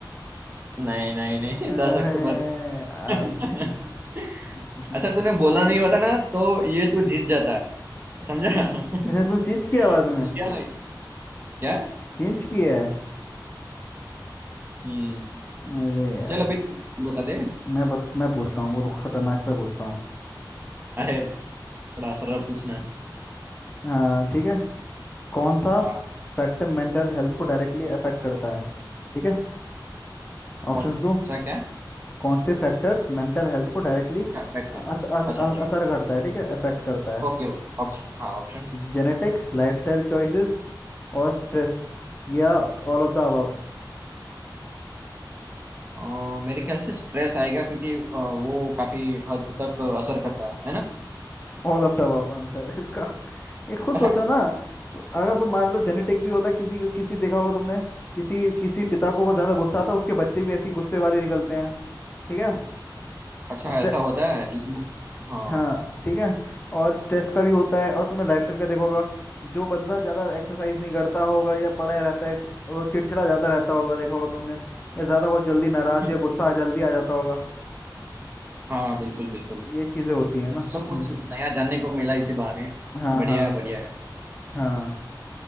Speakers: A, on the right; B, on the left.
A: नहीं नहीं नहीं
B: अरे
A: <laughs> दस अक्टूबर <laughs>
B: अच्छा
A: अच्छा तूने बोला नहीं होता ना तो ये तू जीत जाता समझा <laughs>
B: तूने चेंज किया बाद में
A: क्या नहीं क्या
B: चेंज किया है
A: हम्म
B: अरे यार
A: चल अभी तू बता दे
B: मैं बत, मैं पूछता हूँ वो खतरनाक सा पूछता हूँ
A: अरे बड़ा सरल पूछना
B: हाँ ठीक है कौन सा
A: हाँ
B: फैक्टर मेंटल हेल्थ को डायरेक्टली अफेक्ट करता है ठीक है ऑप्शंस
A: कौन
B: दो
A: सा क्या
B: कौन से फैक्टर्स मेंटल हेल्थ को डायरेक्टली
A: क्या फैक्टर
B: अस, अस,
A: अच्छा
B: अ-
A: जी
B: असर करता है ठीक है अफेक्ट करता है
A: ओके ओके ऑप्शन हाँ ऑप्शन
B: जेनेटिक्स लाइफस्टाइल चॉइसेस और स्ट्रेस या all of the above
A: अ, मेरे ख्याल से स्ट्रेस आएगा क्योंकि अ, वो काफी हद तक असर करता है है ना
B: All of the above answer है इसका ये खुद
A: अच्छा
B: सोचो ना तो अगर तुम मान लो जेनेटिक भी होता किसी का किसी देखा होगा तुमने किसी किसी पिता को बहुत ज्यादा गुस्सा आता उसके बच्चे भी ऐसे ही गुस्से वाले निकलते हैं ठीक है
A: अच्छा
B: स्ट्रे
A: ऐसा होता है ये मु- हाँ
B: हाँ ठीक है और स्ट्रेस का भी होता है और तुमने लाइफ स्टाइल का देखा होगा जो बंदा ज्यादा एक्सरसाइज नहीं करता होगा या पड़ा रहता है वो चिड़चिड़ा ज्यादा रहता होगा देखा होगा तुमने या ज्यादा बहुत जल्दी नाराज
A: <laughs>
B: या गुस्सा जल्दी आ जाता होगा
A: हाँ बिल्कुल बिल्कुल
B: ये चीजें होती है ना
A: चलो कुछ
B: हम्म
A: नया जानने को मिला इसी बहाने
B: हाँ
A: बढ़िया
B: हाँ
A: है बढ़िया है
B: हाँ